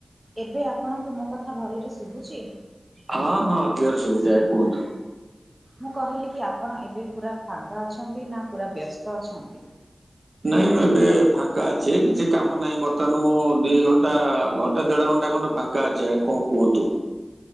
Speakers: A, on the right (about 30°); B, on the right (about 60°).
A: ଏବେ ଆପଣଙ୍କୁ ମୋ କଥା ଭଲରେ ଶୁଭୁଛି?
B: ହଁ ହଁ କ୍ଲିଅର ଶୁବୁଚି ଆଜ୍ଞା କୁହନ୍ତୁ।
A: ମୁଁ କହିଲି କି ଆପଣ ଏବେ ପୂରା ଫାଙ୍କା ଅଛନ୍ତି ନା ପୂରା ବ୍ୟସ୍ତ ଅଛନ୍ତି?
B: ନାଇଁ ମୁଁ ଏବେ ଫାଙ୍କା ଅଛି କିଛି କାମ ନାହିଁ ବର୍ତ୍ତମାନ ମୁଁ ଦି ଘଣ୍ଟା ଘଣ୍ଟା ଦେଢ ଘଣ୍ଟା ଖଣ୍ଡେ ପାଙ୍କା ଅଛି ଆଜ୍ଞା କଣ କୁହନ୍ତୁ?